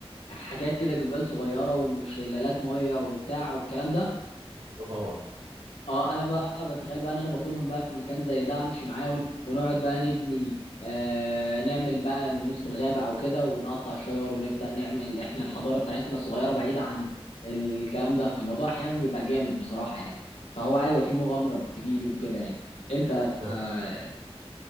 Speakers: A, on the left; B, on the right.
A: حاجات كده جبال صغيره وشلالات ميه وبتاع والكلام ده
B: اه طبعا
A: اه انا بقى بتخيل بقى ان انا باخدهم بقى في مكان زي ده امشي معاهم ونقعد بقى نبني آه نعمل بقى ندخل غابه او كده ونقطع الشجر ونبدا نعمل احنا الحضاره بتاعتنا الصغيره بعيده عن الكلام ده فالموضوع احيانا بيبقى جامد بصراحه يعني فهو ايوه في مغامره بتجيلي وكده يعني انت
B: طب
A: آه